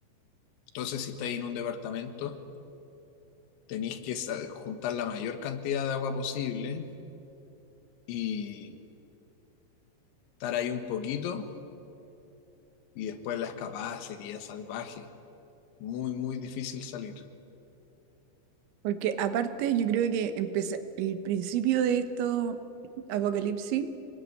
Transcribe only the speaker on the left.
Entonces, si estáis en un departamento, tenéis que sa- juntar la mayor cantidad de agua posible y estar ahí un poquito y después la escapada sería salvaje. Muy, muy difícil salir.